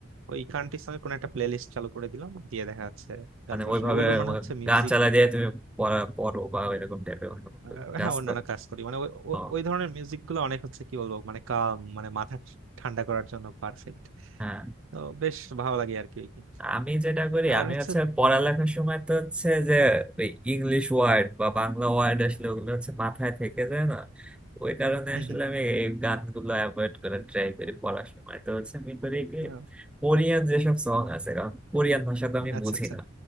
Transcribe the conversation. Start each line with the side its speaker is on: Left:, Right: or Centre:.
Right: ওই কান্ট্রি সঙ্গে কোনো একটা প্লেলিস্ট চালু করে দিলাম দিয়ে দেখা যাচ্ছে গানগুলো
Centre: মানে ওইভাবে
Right: শোনা- ওগুলোর মানে হচ্ছে মিউজিক
Centre: গান চালা দিয়ে তুমি পড়া পড়ো বা এরকম টাইপের অন্য কোনো
Right: আহ,
Centre: ক্লাস
Right: হ্যাঁ অন্যান্য
Centre: করো
Right: কাজ করি মানে ওই ওই
Centre: ও
Right: ওই ধরনের মিউজিক গুলো অনেক হচ্ছে কি বলবো মানে কাম মানে মাথা ঠান্ডা করার জন্য পারফেক্ট
Centre: হ্যাঁ
Right: তো বেশ ভালো লাগে আর কি ওই কি।
Centre: আমি যেটা করি
Right: আর
Centre: আমি
Right: হচ্ছে
Centre: হচ্ছে পড়ালেখার সময় তো হচ্ছে যে ওই ইংলিশ ওয়ার্ড বা বাংলা ওয়ার্ড আসলে ওগুলো হচ্ছে মাথায় থেকে যায় না ওই কারণে
Right: হম
Centre: আসলে আমি এই গানগুলো অ্যাভয়েড করে ট্রাই করি পড়ার সময় তো হচ্ছে আমি করি কি
Right: হম
Centre: কোরিয়ান যেসব সং আছে কারণ কোরিয়ান ভাষা তো আমি
Right: আচ্ছা
Centre: বুঝি
Right: আচ্ছা
Centre: না